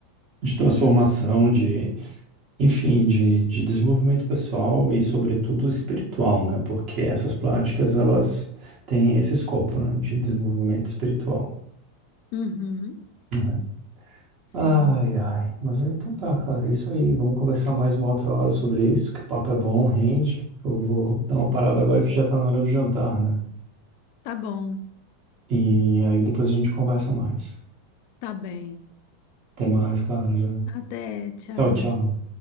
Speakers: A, on the right; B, on the left.
A: de transformação, de enfim, de, de desenvolvimento pessoal e, sobretudo, espiritual, né? Porque essas práticas, elas têm esse escopo, né? De desenvolvimento espiritual.
B: Uhum.
A: né?
B: Sim.
A: Ai, ai. Mas ah, então tá, Clara, é isso aí. Vamos conversar mais uma outra hora sobre isso, que o papo é bom, rende. Eu vou dar uma parada agora que já tá na hora do jantar, né?
B: Tá bom.
A: E aí depois a gente conversa mais.
B: Tá bem.
A: Até mais, Clara, já.
B: Até, tchau.
A: Tchau, tchau.